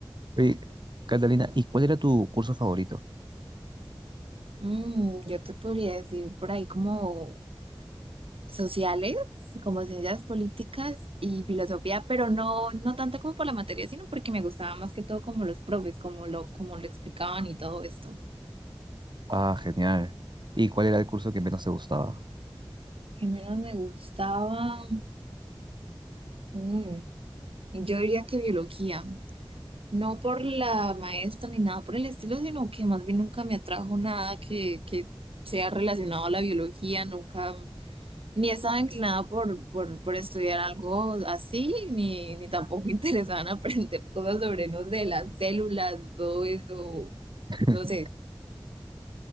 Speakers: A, on the right; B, on the right.
A: Oye, Catalina, ¿y cuál era tu curso favorito?
B: Mm, yo te podría decir por ahí como sociales, como ciencias políticas y filosofía, pero no, no tanto como por la materia, sino porque me gustaba más que todo como los profes, como lo, como lo explicaban y todo esto.
A: Ah, genial. ¿Y cuál era el curso que menos te gustaba?
B: ¿Qué menos me gustaba? Mm, yo diría que biología. No por la maestra ni nada por el estilo, sino que más bien nunca me atrajo nada que, que sea relacionado a la biología, nunca, ni estaba inclinada por, por, por estudiar algo así, ni, ni tampoco <laughs> interesada en aprender cosas sobre, no sé, las células, todo eso,
A: <laughs>
B: no sé,